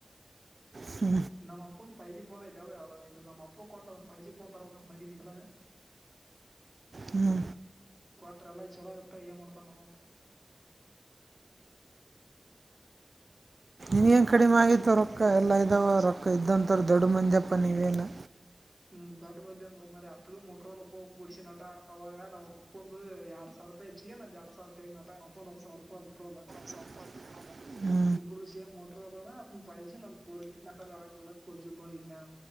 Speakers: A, on the right; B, on the right.
A: ಹ್ಮ
B: ನಮ್ಮ ಅಪ್ಪನ್ ಪೈಜಿ ೋನ್ ಐತೆಾವದ ನಮ್ಮಪ್ಪ ಕೊಟ್ಟ ಪೈಜಿಫೋನ್ ತರಬೇಕಂತ ಮಾಡಿ ನೀಲ್ಲ
A: ಹ್ಞೂ
B: ಕ್ವಾರಟ್ರ ಎಲ್ಲ ಚಲೋಗತ್ತ ಏನ್ ಮಾಡ್ತಾನ ನಮ್ಮಪ್ಪ
A: ನೀವ ನ್ ಕಡಿಮೆ
B: ಎಷ್ಟು
A: ಆಗಿತ್ತುವ
B: ಸಣ್ಣ
A: ರೊಕ್ಕ ಎಲ್ಲಾ ಇದಾವ ರೊಕ್ಕ ಇದ್ದಂತವ್ರ ದೊಡ್ಡ ಮಂಂದಜಪ್ಪ ನೀವೇನು.
B: ಹ್ಮ್ ದೊಡ್ ಮಂದಿ ಅಲ್ಲ ಮ ಅತ್ಗ ಮೊಟ್ರಲ್ ಒಪ್ಪ ಗಡಿಸಿಿ ನಟ ಅವಾಗ ನಮ್ಮ ಅಪ್ಪ ಒಂದು ಎರಡ್ ಸಾವಿರ. ರುಪಾಯ್ ಹೆಚ್ಚಿಗೆ ನಂದ ಯಡ ಸಾವರ ಕ ಅಟ್ಟ ನಮ್ಮ ಅಪ್ಪಂದ ಹತ್ತ ಸವರಾ ಪಾಯಿ ಬಿಟ್ಟಿರಾಲ.
A: <inaudible>
B: ಇಬ್ಬರು ಸೇಮ್ ಮೋಟ್ರರ್ ಅಲ್ಲ ಅದ ಪೈಜಿ ನಮ್ ಪೋರ್ಜಿ ನಂತರಾಕ ಪೋರ್ಜಿ ತಗೊಂಡಿದ್ನ ನಾನ